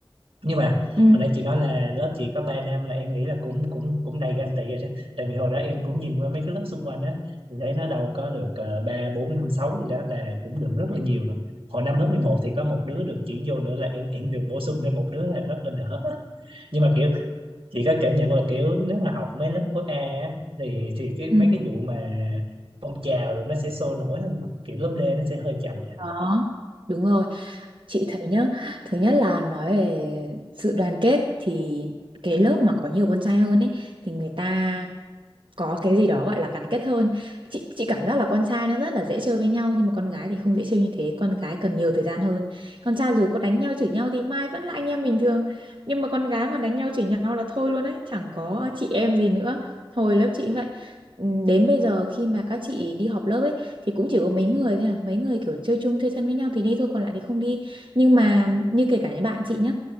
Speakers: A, on the right (about 80°); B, on the right (about 65°).
A: nhưng mà
B: Ừ.
A: hồi nãy chị nói là lớp chị có ba nam là em nghĩ là cũng cũng cũng đầy ganh tị rồi đó tại vì hồi đó em cũng nhìn qua mấy cái lớp xung quanh á thì thấy nó đâu có được ờ, ba bốn năm sáu gì đó là cũng được rất là nhiều rồi hồi năm lớp 11 thì có một đứa được chuyển vô nữa là em em được bổ sung thêm một đứa là rất là đỡ nhưng mà kiểu chị có cảm nhận là kiểu nếu mà học mấy lớp khối A á, thì thì cái
B: Ừ.
A: mấy cái vụ mà phong trào rồi nó sẽ sôi nổi hơn không? kiểu lớp D nó sẽ hơi chậm vậy
B: Đó. Đúng rồi. Chị thấy nhá, thứ nhất là nói về sự đoàn kết thì cái lớp mà có nhiều con trai hơn ấy thì người ta có cái gì đó gọi là gắn kết hơn chị chị cảm giác là con trai nó rất là dễ chơi với nhau nhưng mà con gái thì không dễ chơi như thế con gái cần nhiều thời gian hơn con trai dù có đánh nhau chửi nhau thì mai vẫn là anh em bình thường nhưng mà con gái mà đánh nhau chửi nhau là thôi luôn đấy chẳng có chị em gì nữa hồi lớp chị cũng vậy Ừm, đến bây giờ khi mà các chị đi họp lớp ấy thì cũng chỉ có mấy người thôi à mấy người kiểu chơi chung chơi thân với nhau thì đi thôi còn lại thì không đi nhưng mà như kể cả những bạn chị nhá